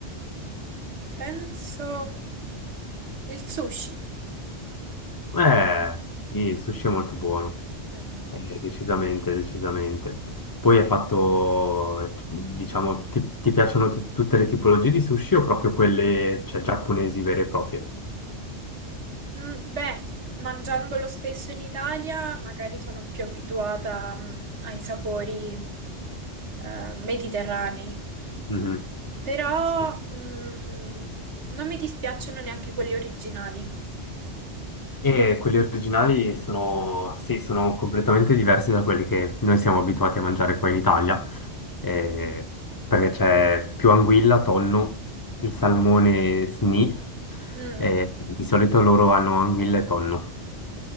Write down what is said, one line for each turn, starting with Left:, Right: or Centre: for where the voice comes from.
Right: penso il sushi.
Left: Eh, sì, il sushi è molto buono,
Right: Mm.
Left: Eh, decisamente, decisamente. Poi hai fatto, diciamo, ti, ti piacciono tu- tutte le tipologie di sushi o proprio quelle, cioè, giapponesi vere e proprie?
Right: Mm, Beh, mangiandolo spesso in Italia, magari sono più abituata, mm, ai sapori, eh, mediterranei,
Left: Mhm.
Right: però,
Left: Sì.
Right: mm, non mi dispiacciono neanche quelli originali.
Left: E quelli originali sono, sì, sono completamente diversi da quelli che noi siamo abituati a mangiare qua in Italia, eh, perché c'è più anguilla, tonno, il salmone sni,
Right: Mm.
Left: eh, di solito loro hanno anguilla e tonno,